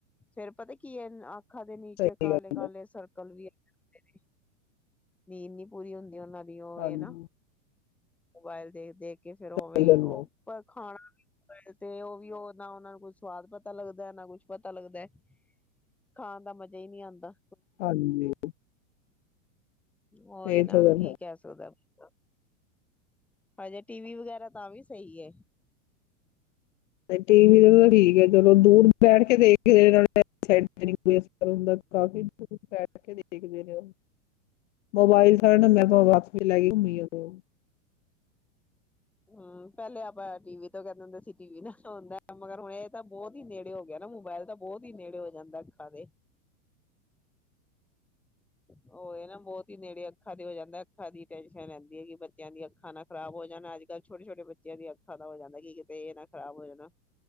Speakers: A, in the centre; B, on the left.
A: ਫੇਰ ਪਤਾ ਕੀ ਹੈ। ਅੱਖਾਂ ਦੇ ਨੀਚੇ
B: ਸਹੀ
A: ਕਾਲੇ-
B: ਗੱਲ
A: ਕਾਲੇ
B: ਹੈ
A: ਸਰਕਲ ਵੀ ਆ ਗ <inaudible> ਨੀਂਦ ਨੀ ਪੂਰੀ ਹੁੰਦੀ ਉਹਨਾਂ ਦੀ ਇਹ ਉਹਏ
B: ਹਾਂਜੀ
A: ਨਾ। ਮੋਬਾਈਲ ਦੇਖ- ਦੇਖ ਕੇ ਫੇਰ ਉਹ ਵੀ
B: ਸਹੀ ਗੱਲ ਹੈ
A: ਉਹ ਪਰ ਖਾਣਾ ਤੇ ਉਹ ਵੀ ਉਹ ਨਾ ਉਹਨਾ ਨੂੰ ਕੁਈ ਸਵਾਦ ਪਤਾ ਲੱਗਦਾ, ਨਾ ਕੁੱਛ ਪਤਾ ਲੱਗਦਾ, ਖਾਣ ਦਾ ਮਜਾ ਨਹੀਂ ਆਂਦਾ।
B: ਹਾਂਜੀ
A: ਹੋਏ
B: ਇਹ
A: ਨਾ
B: ਤਾਂ ਗੱਲ
A: ਕੀ ਕਹਿ ਸਕਦਾ ਬੰਦਾ ਹਜੇ, ਟੀਵੀ ਵਗੈਰਾ ਤਾਂ ਵੀ ਸਹੀ ਏ।
B: ਟੀ ਵੀ ਤੇ ਠੀਕ ਆ ਚਲੋ, ਦੂਰ ਬੈਠ ਕੇ ਦੇਖ ਹੀ ਰਹੇ ਨੇ ਨਾਲ਼ੇ ਆਈ ਸਾਈਡ ਤੇ ਕੋਈ ਅਸਰ ਨਹੀਂ ਹੁੰਦਾ, ਕਾਫੀ ਦੂਰ ਬੈਠ ਕੇ ਦੇਖਦੇ ਨੇ ਉਹ ਮੋਬਾਇਲ ਸ ਮੈਂ ਵਾਪਸ ਲੈ ਗਈ ਹੁਣੀ ਖੋਲ
A: ਹਾਂ ਪਹਿਲੇ ਆਪਾਂ ਟੀ ਵੀ ਤੋਂ ਕਹਿੰਦੇ ਹੁੰਦੇ ਸੀ ਟੀ ਵੀ ਨਾਲ ਹੁੰਦਾ, ਮਗਰ ਹੁਣ ਇਹ ਤਾਂ ਬਹੁਤ ਹੀ ਨੇੜੇ ਹੋ ਗਿਆ, ਨਾ ਮੋਬਾਇਲ ਤਾਂ ਬਹੁਤ ਹੀ ਨੇੜੇ ਹੋ ਜਾਂਦਾ ਅੱਖਾਂ ਦੇ, ਉਹ ਇਹ ਨਾ ਬਹੁਤ ਹੀ ਨੇੜੇ ਅੱਖਾਂ ਦੇ ਹੋ ਜਾਂਦਾ ਅੱਖਾਂ ਦੀ ਟੈਨਸ਼ਨ ਰਹਿੰਦੀ ਹੈ, ਕਿ ਬੱਚਿਆਂ ਦੀ ਅੱਖਾਂ ਨਾ ਖ਼ਰਾਬ ਹੋ ਜਾਣਾ ਅੱਜ ਛੋਟੇ ਛੋਟੇ ਬੱਚਿਆਂ ਦੀਆਂ ਅੱਖਾਂ ਦਾ ਹੋ ਜਾਂਦਾ ਕੀ ਕਿਤੇ ਇਹ ਨਾ ਖਰਾਬ ਹੋ ਜਾਣਾ